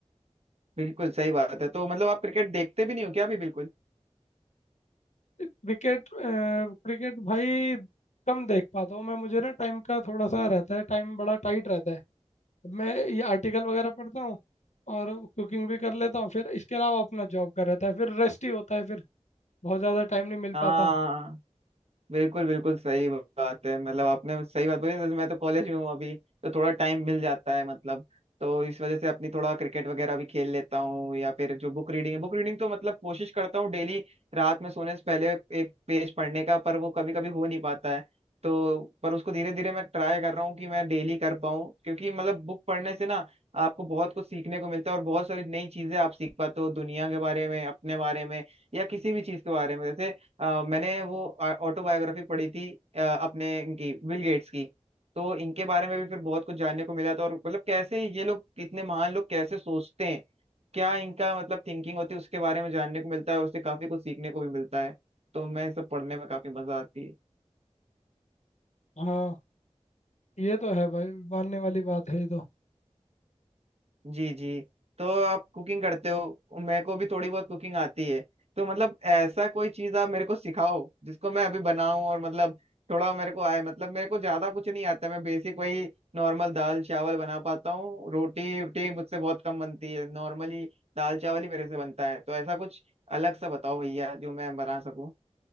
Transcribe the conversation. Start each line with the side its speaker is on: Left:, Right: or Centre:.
Right: बिल्कुल सही बात है तो मतलब आप क्रिकेट देखते भी नहीं हो क्या अभी बिल्कुल
Left: क्रिकेट क्रिकेट भाई कम देख पाता हूँ मैं मुझे ना टाइम का थोड़ा सा रहता है टाइम बड़ा टाइट रहता है मैं ये आर्टिकल वगैरह पढ़ता हूँ और कुकिंग भी कर लेता हूँ फिर इसके अलावा अपना जॉब कर रहता है फिर रेस्ट ही होता है फिर बहुत ज़्यादा टाइम नहीं मिल
Right: हाँ
Left: पाता
Right: बिल्कुल बिल्कुल सही बात है मतलब आपने सही बात बोली जैसे मैं तो कॉलेज में हूँ अभी तो थोड़ा टाइम मिल जाता है मतलब तो इस वजह से अपनी थोड़ा क्रिकेट वगैरह भी खेल लेता हूँ या फिर जो बुक रीडिंग है बुक रीडिंग तो मतलब कोशिश करता हूँ डेली रात में सोने से पहले एक पेज पढ़ने का पर वो कभी कभी हो नहीं पाता है तो पर उसको धीरे धीरे मैं ट्राई कर रहा हूँ कि मैं डेली कर पाऊँ क्योंकि मतलब बुक पढ़ने से ना आपको बहुत कुछ सीखने को मिलता है और बहुत सारी नई चीजें आप सीख पाते हो दुनिया के बारे में अपने बारे में या किसी भी चीज के बारे में जैसे अ, मैंने वो ऑटोबायोग्राफी पढ़ी थी अ, अपने इनकी बिल गेट्स की तो इनके बारे में भी फिर बहुत कुछ जानने को मिला था और मतलब कैसे ये लोग इतने महान लोग कैसे सोचते हैं क्या इनका मतलब थिंकिंग होती है उसके बारे में जानने को मिलता है और उससे काफी कुछ सीखने को भी मिलता है तो मैं ये सब पढ़ने में काफी मजा आती है
Left: हाँ ये तो है भाई मानने वाली बात है ये तो
Right: जी जी तो आप कुकिंग करते हो मेरे को भी थोड़ी बहुत कुकिंग आती है तो मतलब ऐसा कोई चीज आप मेरे को सिखाओ जिसको मैं अभी बनाऊं और मतलब थोड़ा मेरे को आए मतलब मेरे को ज्यादा कुछ नहीं आता मैं बेसिक वही नॉर्मल दाल चावल बना पाता हूँ रोटी रोटी मुझसे बहुत कम बनती है नॉर्मली दाल चावल ही मेरे से बनता है तो ऐसा कुछ अलग सा बताओ भैया जो मैं बना सकूं